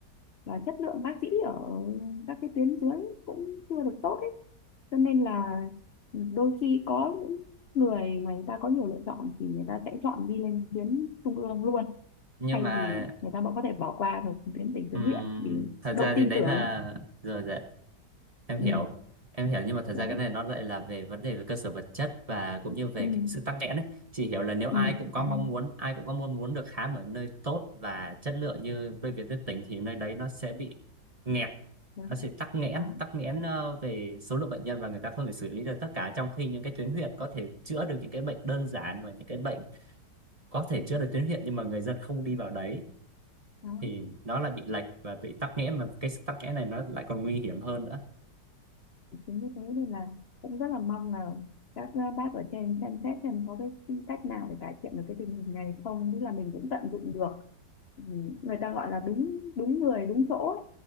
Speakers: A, on the left (about 65°); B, on the right (about 25°).
A: là chất lượng bác sĩ ở các cái tuyến dưới cũng chưa được tốt ấy cho nên là đôi khi có những người mà người ta có nhiều lựa chọn thì người ta sẽ chọn đi lên tuyến trung ương luôn
B: nhưng
A: thay
B: mà
A: vì người ta có thể bỏ qua được tuyến tỉnh tuyến
B: ừm,
A: huyện vì
B: thật
A: độ
B: ra thì
A: tin
B: đấy
A: tưởng
B: là rồi rồi em
A: ừ
B: hiểu em hiểu nhưng mà thật
A: đấy
B: ra cái này nó lại là về vấn đề về cơ sở vật chất và cũng như về
A: ừ
B: cái sự tắc nghẽn ấy chị hiểu là nếu
A: ừ
B: ai cũng có
A: đúng
B: mong
A: rồi.
B: muốn ai cũng có mong muốn được khám ở nơi tốt và chất lượng như bệnh viện tuyến tỉnh thì nơi đấy nó sẽ bị nghẹt
A: đó
B: nó sẽ tắc nghẽn
A: đó
B: tắc nghẽn ờ, về số lượng bệnh nhân và người ta không thể xử lý được tất cả trong khi những cái tuyến huyện có thể chữa được những cái bệnh đơn giản và những cái bệnh có thể chữa được tuyến huyện nhưng mà người dân không đi vào đấy
A: đó
B: thì nó lại bị lệch và bị tắc nghẽn mà cái sự tắc nghẽn này nó lại còn nguy hiểm hơn nữa
A: chính như thế nên là cũng rất là mong là các uh, bác ở trên xem xét xem có cái cách nào để cải thiện được cái tình hình này không tức là mình cũng tận dụng được Ừ, người ta gọi là đúng đúng người đúng chỗ ấy.